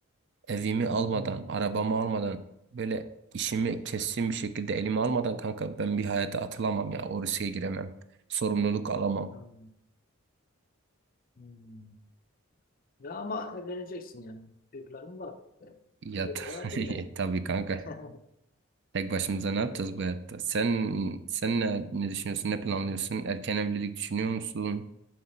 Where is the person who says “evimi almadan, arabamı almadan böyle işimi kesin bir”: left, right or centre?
Right